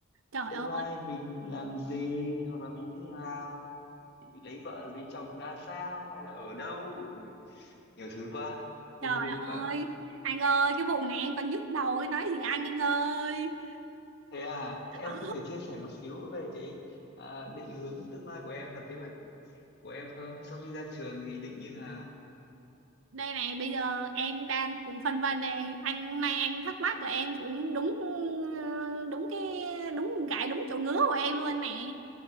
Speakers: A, on the right; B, on the left.
A: Trời
B: tương
A: ơi
B: lai mình làm gì hoặc là mình như thế nào định lấy vợ lấy chồng ra sao hay là ở đâu Ui, nhiều thứ quá lung
A: trời
B: lung quá
A: ơi Anh ơi cái vụ này em còn nhức đầu ấy, Nói gì anh anh ơi
B: thế à thế em
A: Ờ
B: có thể chia sẻ một xíu về cái à, định hướng tương lai của em và kế hoạch của em không? Sau khi ra trường thì định như nào?
A: đây này bây giờ em đang cũng phân vân này Anh nay anh thắc mắc là em cũng đúng ờ, Đúng cái đúng gãi đúng chỗ ngứa của em luôn nè